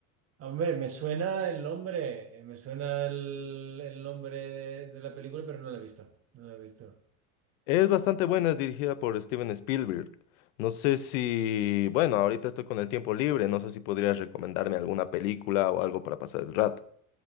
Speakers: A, on the right (about 35°); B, on the left (about 75°).
A: Hombre, me suena el nombre, eh, me suena el, el nombre de, de la película, pero no la he visto, no la he visto.
B: Es bastante buena, es dirigida por Steven Spielberg. No sé si, bueno, ahorita estoy con el tiempo libre, no sé si podrías recomendarme alguna película o algo para pasar el rato.